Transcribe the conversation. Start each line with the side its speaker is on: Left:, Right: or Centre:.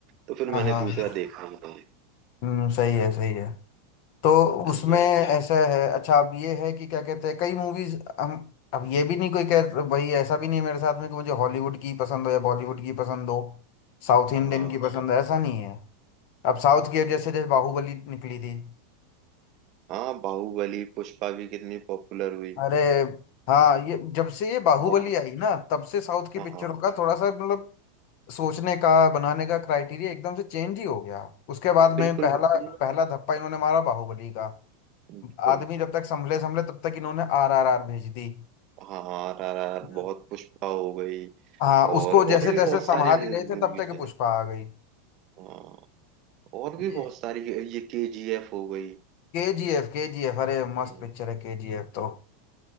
Right: तो फिर
Left: हाँ
Right: मैंने
Left: हाँ
Right: दूसरा देखा ही नहीं
Left: हम्म सही है सही है तो
Right: सही
Left: उसमें
Right: है
Left: ऐसा है अच्छा अब ये है कि क्या कहते हैं कई मूवीज हम अब ये भी नहीं कोई कह वही ऐसा भी नहीं है मेरे साथ में कि मुझे हॉलीवुड की पसंद हो या बॉलीवुड की पसंद हो साउथ इंडियन
Right: हाँ
Left: की हम्म पसंद हो ऐसा नहीं है अब साउथ की अब जैसे जैसे बाहुबली निकली थी
Right: हाँ बाहुबली पुष्पा भी कितनी पॉपुलर हुई
Left: अरे हाँ ये जब से ये बाहुबली
Right: और
Left: आई ना तब से साउथ की
Right: हाँ
Left: पिक्चरों का थोड़ा सा मतलब सोचने का बनाने का क्राइटेरिया एकदम से चेंज ही हो गया उसके बाद में
Right: बिल्कुल
Left: पहला
Right: बिल्कुल
Left: पहला धप्पा इन्होंने मारा बाहुबली का
Right: बिल्कुल
Left: आदमी जब तक संभले संभले तब तक इन्होंने आर आर आर भेज दी
Right: हाँ आर आर आर
Left: ना
Right: बहुत पुष्पा हो गई
Left: हाँ
Right: और
Left: उसको जैसे
Right: और भी
Left: तैसे
Right: बहुत
Left: संभाल
Right: सारी
Left: ही रहे थे
Right: मूवीज
Left: तब तक
Right: हैं
Left: पुष्पा आ गई
Right: हाँ और भी
Left: ये
Right: बहुत सारी ये के जी एफ हो गई
Left: K G F K G F अरे मस्त
Right: हम्म,
Left: पिक्चर है के जी एफ तो